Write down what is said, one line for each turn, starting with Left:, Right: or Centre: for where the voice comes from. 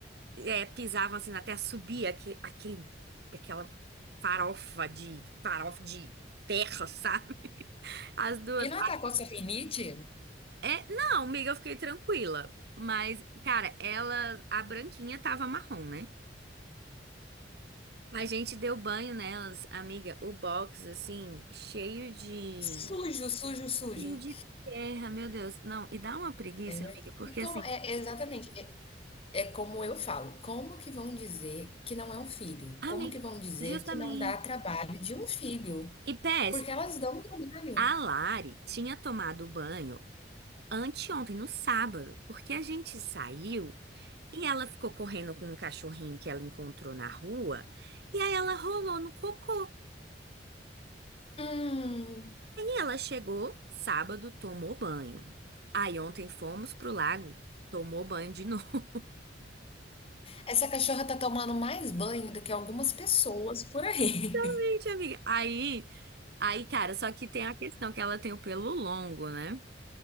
Right: é, pisavam assim na terra, subia aque- aquele, aquela farofa de, farofa de terra, <laughs> sabe? As duas.
Left: E não atacou Rinite?
Right: É, não, amiga, eu fiquei tranquila. Mas, cara, ela, a branquinha tava marrom, né? A gente deu banho nelas, amiga, o box, assim, cheio de.
Left: Sujo, sujo, sujo.
Right: Cheio de terra, meu Deus. Não, e dá uma preguiça,
Left: É verdade.
Right: amiga, porque
Left: E como
Right: assim,
Left: é é exatamente, é é como eu falo, como que vão dizer que não é um filho?
Right: amiga,
Left: Como que vão dizer
Right: justamente.
Left: que não dá trabalho de um filho?
Right: E PS,
Left: Porque elas dão trabalho.
Right: a Lari tinha tomado banho anteontem, no sábado, porque a gente saiu e ela ficou correndo com um cachorrinho que ela encontrou na rua, e aí ela rolou no cocô.
Left: Hum,
Right: Ela chegou sábado, tomou banho. Aí ontem fomos pro lago, tomou banho de novo.
Left: essa cachorra tá tomando mais banho do que algumas pessoas por aí.
Right: <laughs> Gente, amiga. Aí, aí, cara, só que tem a questão que ela tem o pelo longo, né?